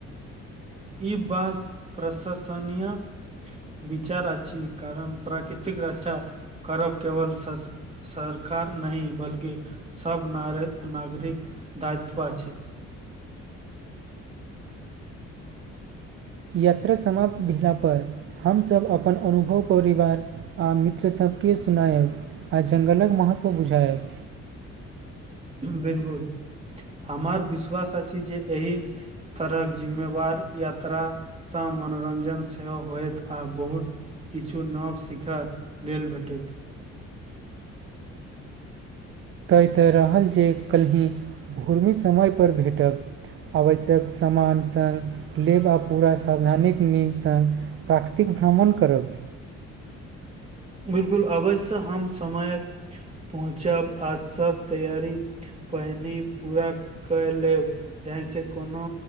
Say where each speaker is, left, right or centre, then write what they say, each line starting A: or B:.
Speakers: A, on the right; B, on the right.
A: ई बात प्रशंसनीय विचार अछि कारण प्राकृतिक रक्षा करब केवल सरकार नहि बल्कि सब नारी नागरिक दायित्व छै
B: यत्र समाप्त भेला पर हमसभ अपन अनुभव परिवार आ मित्र सभ के सुनायब आ जंगलक महत्व बुझायब
A: बिलकुल हमर विश्वास अछि जे एहि तरहक जिम्मेवार यात्रा से मनोरंजन सेहो होयत आ बहुत किछु नव सिखय लेल भेटैत
B: तय तऽ रहल जे कल्हि भूरमि समय पर भेटब आवश्यक सामन संग लेब आ पूरा सावधानीक नीह संग प्राकृतिक भ्रमण करब
A: बिलकुल अवश्य हम समय पहुँचब आ सब तैयारी पहिनी पूरा क लेब जाहि से कोनो